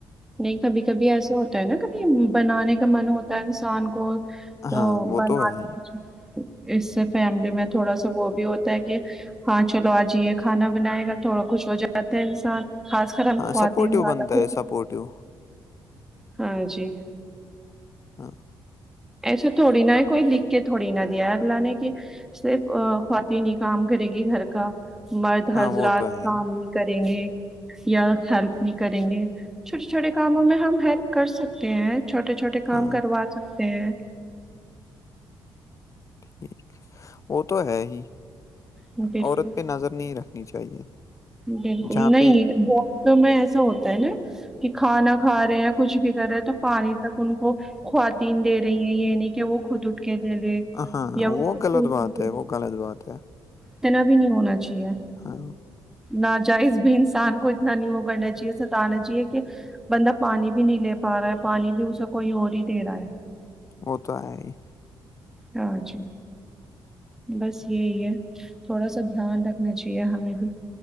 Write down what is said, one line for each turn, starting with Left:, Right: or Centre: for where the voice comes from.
Centre: نہیں کبھی کبھی ایسا ہو نا کبھی بنانے کا من ہوتا ہے انسان کو تو
Left: ہاں وہ
Centre: بنا
Left: تو ہے
Centre: ل
Left: ہی
Centre: اس سے فیملی میں تھوڑا سا وہ بھی ہوتا ہے کہ ہاں چلو آج یہ کھانا بنائے گا تھوڑا کچھ ہو جاتا ہے انسان خاص کر
Left: ہاں
Centre: خواتین
Left: سپورٹیو
Centre: زیادہ
Left: بنتا
Centre: خوش
Left: ہے سپورٹیو
Centre: ہاں جی
Left: ہ ہاں
Centre: ایسے تھوڑی نہا کوئی لکھ کے تھوڑی نہا دیا اللہ نے کہ صرف خواتین ہی کام کرے گی گھر کا مرد حرضرات
Left: ہاں وہ تو ہے
Centre: کام
Left: ہی
Centre: کریں گے یا ہیلپ نہیں کریں گے چھوٹے چھوٹے کاموں میں ہم ہیلپ کر سکتے ہیں چھوٹے چھوٹے کام
Left: ہاں
Centre: کروا سکتے ہیں
Left: ٹھیک وہ تو ہے ہی
Centre: بالکل
Left: عورت پہ نظر نہیں رکھنی چاہیے
Centre: بالکل
Left: جہاں
Centre: نہیں
Left: پہ
Centre: ب میں ایسا ہوتا ہے نا کہ کھانا کھا رہے ہیں یا کچھ بھی کر رہے ہیں تو پانی تک ان کو خواتین دے رہی ہیں یہ نہیں کہ وہ خود اٹھ کے دے لے
Left: ہاں
Centre: یا
Left: وہ
Centre: خود
Left: غلط بات
Centre: لے،
Left: ہے وہ غلط بات ہے
Centre: اتنا بھی نہیں ہونا چاہیے
Left: ہاں
Centre: نا جائز بھی انسان کو اتنا نہیں وہ کرنا چاہیے ستانا چاہیے کہ بندہ پانی بھی نہیں لے پا رہا ہے پانی بھی اسے کوئی اور ہی دے رہا ہے
Left: وہ تو ہے ہی
Centre: ہاں جی بس یہی ہے تھوڑا سا دھیان رکھنا چاہیے ہمیں بھی